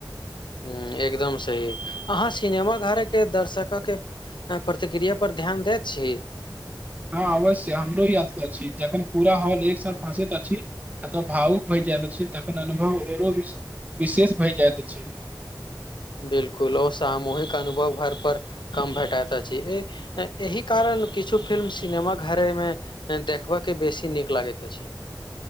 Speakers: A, on the left (about 75°); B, on the right (about 20°).
A: ह एकदम सही अहाँ सिनेमा घरके दर्शकके प्रतिक्रिया पर ध्यान दैत छी
B: हँ अवश्य हमरो याद छी जखन पूरा हॉल एक साथ हँसैत अछि एत भावुक भय जायइत अछि तखन अनुभव ओरो विशेष भए जायइत अछि
A: बिलकुल ओ सामूहिक अनुभव घर पर कम भेटैत अछि एहि कारण किछु फिल्म सिनेमा घरेमे ह देखबा के बेसी नीक लागैत अछि